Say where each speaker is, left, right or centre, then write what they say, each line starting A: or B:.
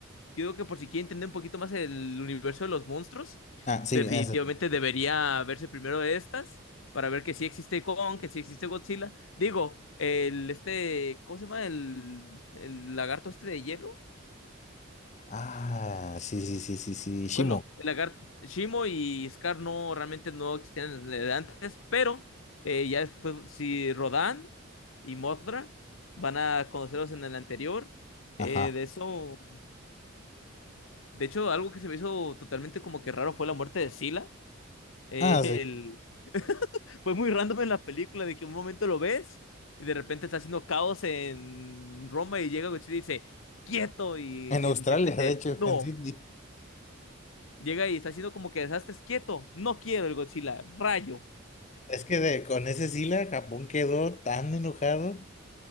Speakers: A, on the left (about 70°); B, on the left (about 35°).
A: yo creo que por si quiere entender un poquito más el universo de los monstruos,
B: Ah, sí,
A: definitivamente
B: esa sí.
A: debería verse primero de estas para ver que sí existe Kong, que sí existe Godzilla. Digo, el este, ¿cómo se llama? El, el lagarto este de hielo.
B: Ah, sí, sí, sí, sí, sí. Shimo.
A: Bueno, el lagarto Shimo y Scar no realmente no existían desde antes, pero eh, ya después si Rodan y Mothra van a conocerlos en el anterior.
B: Ajá.
A: Eh, de eso, de hecho, algo que se me hizo totalmente como que raro fue la muerte de Sila El...
B: Ah, sí,
A: <laughs> Fue muy random en la película de que un momento lo ves y de repente está haciendo caos en Roma y llega Godzilla y dice, quieto, y
B: En Australia,
A: el insecto dice,
B: de hecho,
A: no.
B: <laughs> en Sydney.
A: Llega y está haciendo como que desastres, quieto, no quiero el Godzilla, rayo.
B: Es que de- con ese Sila, Japón quedó tan enojado,